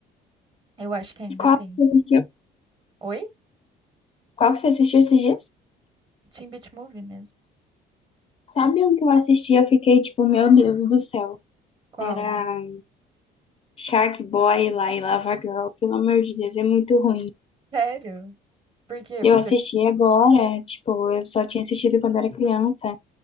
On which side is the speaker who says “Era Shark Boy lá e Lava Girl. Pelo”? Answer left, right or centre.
Left